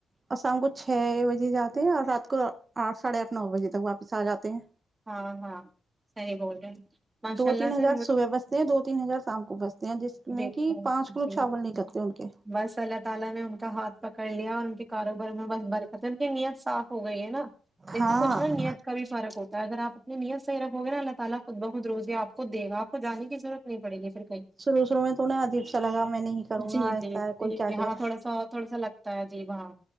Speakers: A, on the right; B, on the right.
A: اور شام کو چھ بجے جاتے ہیں اور رات کو آٹھ ساڑھے آٹھ نو بجے تک واپس آ جاتے ہیں
B: ہاں ہاں صحیح بول رہے ہیں ماشاء
A: دو
B: اللہ
A: تین ہزار
B: سے
A: صبح بستے ہیں دو تین ہزار شام کو بستے ہیں جس میں
B: دیکھو
A: کہ پانچ کلو
B: جی
A: چاول نکلتے ہیں ان کے
B: بس اللہ تعالی نے ان کا ہاتھ پکڑ لیا اور ان کے کاروبار میں ب برک ان کی نیت صاف ہو گئی ہے نا دیکھو
A: ہاں
B: کچھ نا نیت کا بھی فرق ہوتا اگر آ اپنی نیتحیح رو گے ا اللہ تعی خود بخود روزے ا پ کو دے گا ا کو جانے کی ضورت نہیں پڑ گی پھر کہیں
A: شروع شرو میں تو نا عجیب سا لگا میں نہیں کروں
B: جی
A: گا ایسا
B: جی
A: ہے کوئی
B: جی
A: کیا
B: جی
A: کیا
B: ہاں تھوڑا سا اور تھوڑا سا لگتا ہے جی وہاں